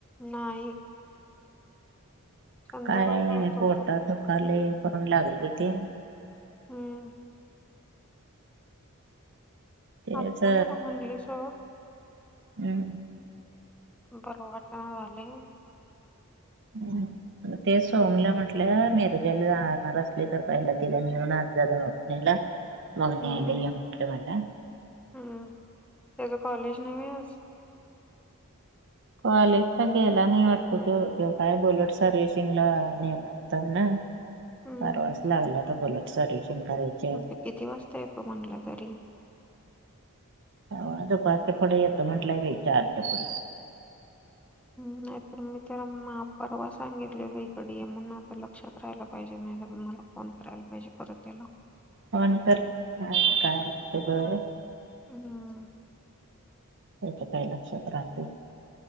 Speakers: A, in the centre; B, on the right (about 55°).
A: नाही संध्याकाळी
B: काय
A: लावतो
B: पोट
A: आता
B: दुकालय करून लागली ती
A: हम्म
B: तेच
A: आत्या मला म्हणली सर
B: हम्म
A: बर वाटण झाले
B: हम्म ते सोमला म्हटलं मॅरेजाला जाणार असले तर पहिला तिला नेऊन आज जाला मग नाही
A: हम्म
B: आयलाय म्हटलं मला
A: हम्म त्याच कॉलेज नाहीव आज
B: क्वालेज तर गेला नाही वाटत त ते काय बोललेट सर्व्हसिंग ला नेणार
A: हम्म
B: फारवास लागलाता बोलात सर्शन करायचं
A: े किती वाजता येत ग म्हटलं तरी
B: हो पाच पुढ येतं म्हंटलंय र चारच्या पुढ
A: नाहीत मी त्याला मा परवा सांगितलेलो इकडे म्हणून आता लक्षात राहायला पाहिजे नाही तर त मला फोन करायला पाहिजे परत त्याला
B: फोन कर काय तू बघ
A: हम्
B: त्याच्या काही लक्षात राहते